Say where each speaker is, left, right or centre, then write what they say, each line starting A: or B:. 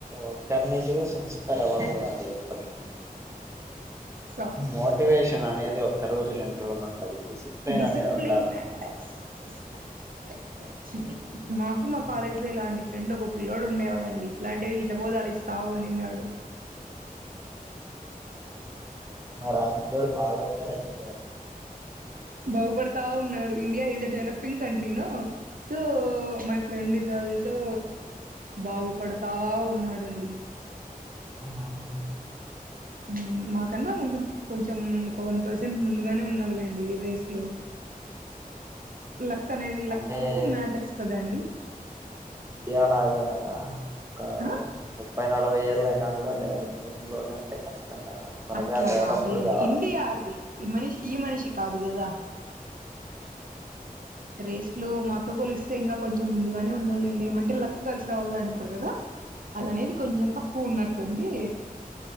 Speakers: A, on the right (about 20°); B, on the right (about 65°).
A: ఒకరిని చూసి ఇన్స్పైర్ అవ్వకూడదండి ఎప్పటికి
B: సో
A: మోటివేషన్ అనేది ఒక్క రోజు రెండు రోజులు ఉంటది డిసిప్లిన్
B: డిసిప్లైన్
A: అనేది ఉండాలనమాట
B: మ్యాటర్స్ ఎస్ కరెక్ట్ కరెక్ట్ అండి మాకు
A: ఉమ్.
B: కాలేజ్‌లో ఇలాంటి ఫ్రెండు ఒక పిల్లోడు ఉండేవాడండి ఇట్లాంటివే హితబోధాలు ఇస్తా ఉండిన్నాడు
A: మరి ఆ పిల్లోడు బాగుపడ్డాడా లేదా
B: బాగుపడతా ఉన్నాడు India is a developing country నా so my friend is also బాగుపడతా ఉన్నాడండి
A: ఆహా
B: ఉమ్మ్ మాకన్నా ముందు కొంచెం ఒక వన్ పర్సెంట్ ముందుగానే ఉన్నలేండి రేస్‌లో లక్ అనేది లక్
A: అంటే
B: మ్యాటర్స్ కదండి
A: ఇండియా లాగా ఏమన్నా ఒక
B: ఆ
A: ముప్పై నలభై ఏళ్ళు అయినా కూడా డెవలపింగ్ లోనే ఉంటే కష్టం కదా త్వరగా
B: అట్లా
A: డెవలప్డ్
B: కాదు అండి
A: కావాలి
B: ఇండియా అది ఈ మనిషి ఈ మనిషి కాదు కదా రేస్‌లో మాతో పోలిస్తే ఇంకా కొంచెం ముందుగానే ఉన్నాడ లేండి ఏమంటే లక్ కలిసి రావాల అంటారు కదా అదనేది కొంచెం తక్కువ ఉన్నట్లుంది